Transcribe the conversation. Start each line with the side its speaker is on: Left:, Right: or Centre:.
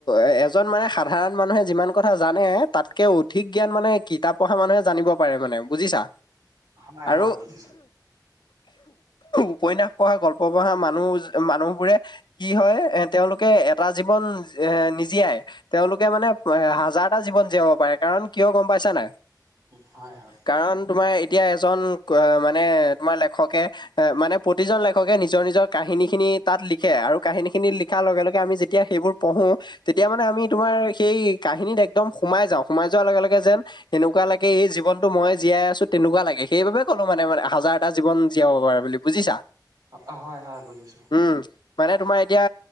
Left: এ এজন মানে সাধাৰণ মানুহে যিমান কথা জানে তাতকে অধিক জ্ঞান মানে কিতাপ পঢ়া মানুহে জানিব পাৰে মানে বুজিছা
Right: হয়
Left: আৰু
Right: হয় বুজিছোঁ।
Left: উপন্যাস পঢ়া গল্প পঢ়া মানুহ মানুহ বোৰে কি হয় এ তেওঁলোকে এটা জীৱন এ নিজিয়াই তেওঁলোকে মানে হাজাৰটা জীৱন জীয়াব পাৰে কাৰণ কিয় গম পাইছা নে নাই
Right: হয় হয়
Left: কাৰণ তোমাৰ এতিয়া এজন মানে তোমাৰ লেখকে এ মানে প্ৰতিজন লেখকে নিজৰ নিজৰ কাহিনীখিনি তাত লিখে আৰু কাহিনীখিনি লিখাৰ লগে লগে আমি যেতিয়া সেইবোৰ পঢ়ো তেতিয়া মানে আমি তোমাৰ সেই কাহিনীত একদম সোমাই যাওঁ সোমাই যোৱাৰ লগে লগে যেন এনেকুৱা লাগে এই জীৱনতো মই জীয়াই আছো তেনেকুৱা লাগে সেইবাবে ক'লো মানে মানে হাজাৰটা জীৱন জীয়াব পাৰে বুলি বুজিছা
Right: অ হয় হয় বুজিছো
Left: উম মানে তোমাৰ এতিয়া